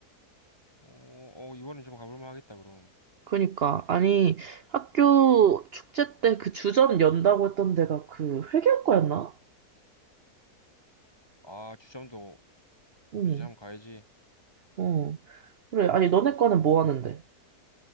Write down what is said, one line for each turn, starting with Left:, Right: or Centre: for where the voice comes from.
Left: 어, 어, 이번엔 좀 가볼만 하겠다, 그럼.
Right: 그러니까 아니 학교 축제 때 그 주점 연다고 했던 데가 그 회계학과였나?
Left: 아, 주점도,
Right: 응,
Left: 그러지, 한번 가야지.
Right: 어. 그래. 아니 너네 과는 뭐 하는데?